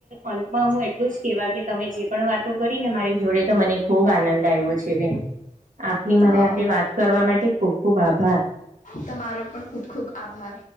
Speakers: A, on the right; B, on the left.
A: અંતમાં હું એટલું જ કેવા કે તમે જે પણ વાતો કરીને મારી જોડે તો મને ખૂબ આનંદ આવ્યો છે બેન આપની મારે
B: હા
A: હાથે વાત કરવા માટે ખૂબ ખૂબ આભાર
B: તમારો પણ ખુબ ખુબ આભાર